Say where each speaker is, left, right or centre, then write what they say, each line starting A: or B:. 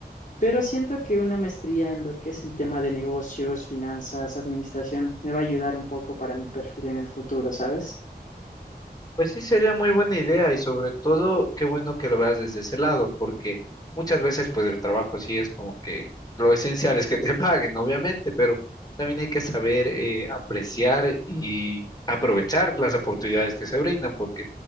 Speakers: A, on the left; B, on the left.
A: pero siento que una maestría en lo que es el tema de negocios, finanzas, administración, me va a ayudar un poco para mi perfil en el futuro, ¿sabes?
B: Pues sí, sería muy buena idea y sobre todo, qué bueno que lo veas desde ese lado, porque muchas veces pues el trabajo sí es como que lo esencial es que te <laughs> paguen, obviamente, pero también hay que saber eh, apreciar y aprovechar las oportunidades que se brindan, porque